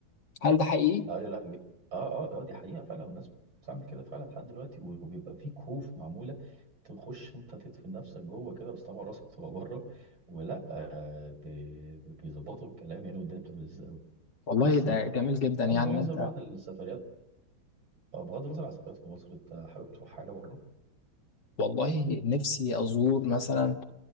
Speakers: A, on the left; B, on the right.
A: هل ده حقيقي؟
B: ايوه لا ب- اه اه اه دي حقيقة فعلا الناس بتعمل كده فعلا لحد دلوقتي و- وبيبقى في كهوف معمولة تخش انت تدفن نفسك جوه كده بس طبعا راسك بتبقى بره ولا آه بي- بيظبطوا الكلام يعني والدنيا بتبقى لذيذة قوي
A: والله
B: بس
A: ده
B: بغض
A: جميل جدا يعني
B: النظر بقى عن السفريات آه، بغض النظر عن السفريات في مصر انت حابب تروح حاجة بره؟
A: والله نفسي أزور مثلا